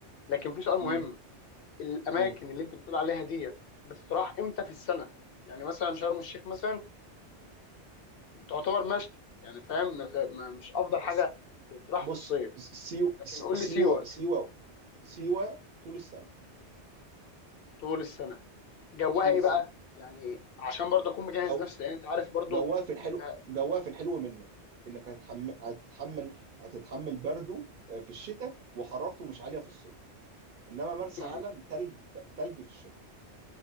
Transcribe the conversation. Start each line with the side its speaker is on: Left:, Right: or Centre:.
Left: لكن في سؤال مهم
Right: مم.
Left: الاماكن
Right: مم.
Left: اللي انت بتقول عليها ديت بتتراح امتى في السنه يعني مثلا شرم الشيخ مثلا تعتبر مشتى يعني فاهم ما ت- ما- مش افضل حاجه
Right: بص
Left: تروح
Right: بص
Left: في الصيف
Right: سيو-
Left: لكن قول
Right: سيوة
Left: لي سيوه
Right: سيوة سيوة طول السنة
Left: طول السنه جوها
Right: طول
Left: ايه
Right: السنة
Left: بقى يعني عشان برضه اكون مجهز
Right: جو
Left: نفسي لان انت عارف برضه
Right: جواه في الحلو
Left: انت
Right: جواه في الحلو منه انك هتحمل هتتحمل هتتحمل برده آه، في الشتاء وحرارته مش عاليه في الصيف انما مرسى
Left: <clears throat> مم.
Right: علم تلج تلج في الشتاء